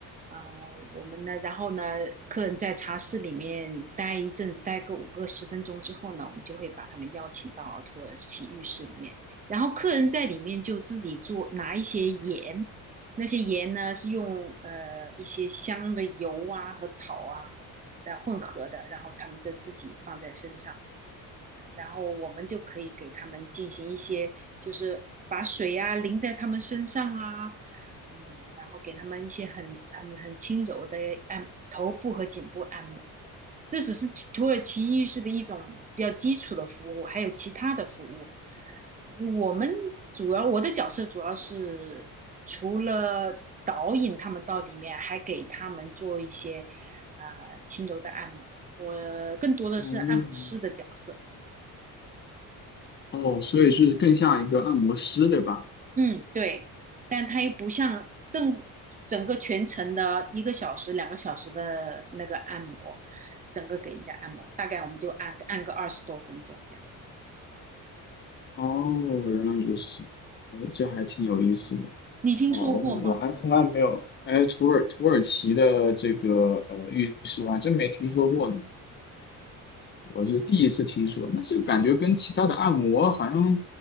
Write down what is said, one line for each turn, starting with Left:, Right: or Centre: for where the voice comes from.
Right: 啊，我们呢，然后呢，客人在茶室里面待一阵子，待个五个十分钟之后呢，我们就会把他们邀请到土耳其浴室里面，然后客人在里面就自己做，拿一些盐，那些盐呢是用呃一些香的油啊和草啊的混合的，然后他们就自己放在身上。然后我们就可以给他们进行一些，就是把水呀、淋在他们身上啊，嗯，然后给他们一些很很很轻柔的按头部和颈部按摩。这只是其土耳其浴室的一种比较基础的服务，还有其他的服务。我们主要我的角色主要是除了导引他们到里面，还给他们做一些呃轻柔的按摩。我更多的是按摩师的角色。
Left: 嗯。哦，所以是更像一个按摩师，对吧？
Right: 嗯，对，但它又不像正整个全程的一个小时、两个小时的那个按摩，整个给人家按摩，大概我们就按按个二十多分钟这样。
Left: 哦，原来如此，哎，这还挺有意思的。
Right: 你听说过吗？
Left: 哦，我还从来没有，哎，土耳土耳其的这个呃浴室我还真没听说过呢，我是第一次听说。那就感觉跟其他的按摩好像，